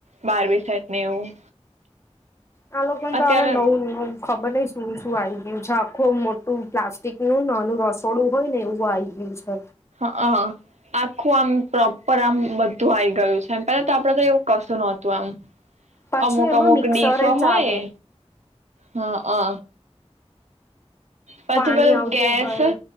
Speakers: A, on the right (about 85°); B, on the left (about 25°).
A: બારમી સાઈટ ને એવું.
B: આ લોકો
A: અત્યારે
B: તો હવે નવું ખબર નહ શું શું આવી ગયું છે આખું. પ્લાસ્ટિક નું નાનું રસોડું હોય ને એવું આઇ ગયું છે.
A: હ આખું આમ. પ્રોપર આમ બધું. મ પેલા તો આપડે તો એવું કશું નહતું આમ
B: પાછું
A: અમુક
B: એમાં
A: અમુક
B: મિક્સર
A: ડીસો હોય.
B: ચાલે
A: હા અ. પછી
B: પાણી
A: પેલ
B: આવતું
A: ગેસ
B: હોય